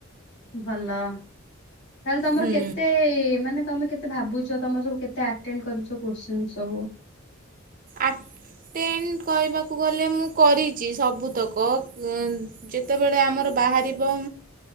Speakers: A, on the left; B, on the right.
A: ଭଲ ତାହେଲେ ତମର
B: ହୁଁ
A: କେତେ ମାନେ ତମେ କେତେ କେତେ ଭାବୁଛ ତମ ସବୁ କେତେ ଆଟେଣ୍ଡ କରିଛ କ୍ୱସିନ ସବୁ?
B: ଆଟେଣ୍ଟ କହିବାକୁ ଗଲେ ମୁଁ କରିଛି ସବୁତକ ଯେତେବେଳେ ଆମର ବାହାରିବ